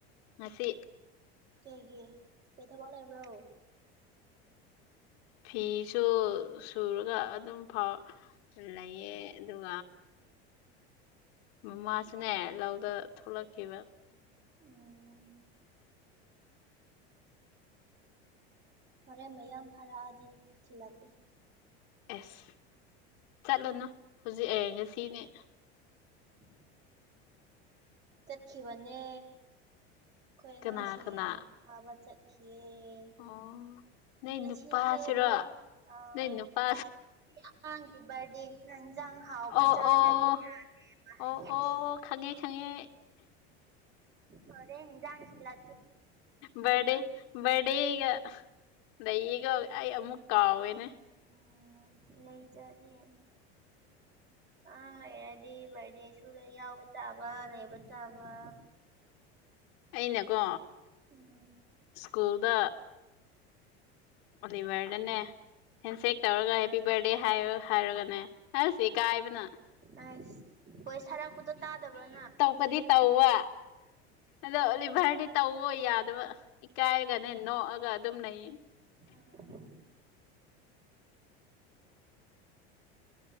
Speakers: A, on the left; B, on the right.
A: ꯉꯁꯤ꯫
B: ꯀꯩꯒꯤ ꯀꯩ ꯊꯕꯛ ꯂꯩꯕ꯭ꯔꯣ꯫
A: ꯐꯤꯁꯨ ꯁꯨꯔꯒ ꯑꯗꯨꯝ ꯐꯥꯎ ꯂꯩꯌꯦ ꯑꯗꯨꯒ꯫ ꯃꯃꯥꯁꯨꯅꯦ ꯂꯧꯗ ꯊꯣꯛꯂꯛꯈꯤꯕ꯫
B: ꯎꯝ꯫ ꯍꯣꯔꯦꯟ ꯃꯌꯥꯝ ꯐꯔꯛꯑꯗꯤ ꯊꯤꯜꯂꯛꯀꯦ꯫
A: ꯑꯦꯁ ꯆꯠꯂꯨꯅꯨ ꯍꯧꯖꯤꯛ ꯑ‌ꯦ ꯉꯁꯤꯅ‌ꯦ꯫
B: ꯫ ꯆꯠꯈꯤꯕꯅꯦ ꯑꯈꯣꯏ ꯑꯉꯥꯡꯁꯤꯡ
A: ꯀꯅꯥ ꯀꯅꯥ
B: ꯐꯥꯕ ꯆꯠꯈꯤꯌ‌ꯦ꯫
A: ꯑꯣ ꯅꯣꯏ
B: ꯉꯁꯤꯁꯦ
A: ꯅꯨꯄꯥꯁꯤꯔꯣ
B: ꯑꯧ
A: ꯅꯣꯏ ꯅꯨꯄꯥ
B: ꯑꯉꯥꯡꯒꯤ ꯕꯥꯔꯗꯦꯅꯤꯅ ꯏꯟꯖꯥꯡ ꯍꯥꯎꯕ
A: ꯑꯣ
B: ꯆꯥꯗ꯭ꯔꯅꯤ
A: ꯑꯣ
B: ꯌꯥꯅꯦꯕꯁ
A: ꯑꯣ ꯑꯣ ꯈꯪꯉꯦ ꯈꯪꯉꯦ
B: ꯍꯔꯦ ꯍꯤꯡꯖꯥꯟꯁꯤꯂ
A: ꯕꯥꯔꯗꯦ ꯕꯔꯗꯦꯒ ꯑꯩꯒ ꯑꯩ ꯑꯃꯨꯛ ꯀꯥꯎꯋꯦꯅꯦ
B: ꯎꯝ ꯂꯩ ꯆꯖꯦ <unintelligible> ꯑꯉꯥꯡ ꯂꯩꯔꯗꯤ ꯕꯥꯔꯗꯦ ꯁꯨꯗ ꯌꯥꯎꯕ ꯇꯥꯕ ꯂꯩꯕ ꯇꯥꯕ
A: ꯑꯩꯅꯀꯣ
B: ꯎꯝ
A: ꯁ꯭ꯀꯨꯜꯗ ꯑꯣꯂꯤꯕꯔꯗꯟꯅꯦ ꯍꯦꯟꯁꯦꯛ ꯇꯧꯔꯒ ꯍꯦꯞꯄꯤ ꯕꯥꯔꯗꯦ ꯍꯥꯏꯔ ꯍꯥꯏꯔꯒꯅꯦ ꯍꯥꯏꯔꯁꯤ ꯏ ꯀꯥꯏꯕꯅ
B: ꯑ ꯍꯣꯏ ꯁꯥꯔꯥꯛꯄꯗꯣ ꯇꯥꯗꯕ꯭ꯔꯣꯅ
A: ꯄꯗꯤ ꯇꯥꯎꯋꯥ ꯑꯗ ꯂꯤꯚꯔꯗꯤ ꯇꯧꯋ ꯌꯥꯗꯕ ꯏꯀꯥꯏꯔꯒꯅꯦ ꯅꯣꯛꯑꯒ ꯑꯗꯨꯝ ꯂꯩꯌꯦ
B: ꯑꯝ